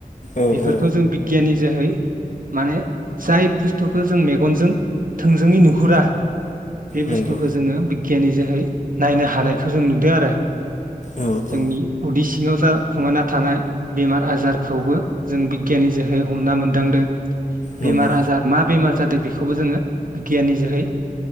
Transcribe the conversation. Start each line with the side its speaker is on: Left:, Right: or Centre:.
Left: औ
Right: बेफोरखौ
Left: औ
Right: जों बि बिगियानि जोहै माने जाय बुस्थुखौ जों मेगनजों थोंजोङै नुहुरा बे बुस्थुखौ
Left: नंगौ
Right: जोङो बिगियनि जोहै नायनो हानायखौ जों नुदों आरो
Left: औ
Right: जोंनि
Left: औ
Right: उदै सिङाव जाखुमाना थानाय बेमार आजारखौबो जों बिगियनि जोहै। हमना मोनदांदों बेमार
Left: नंगौ
Right: आजार मा बेमार जादों बेखौबो जोङो बिगियाननि जोहै।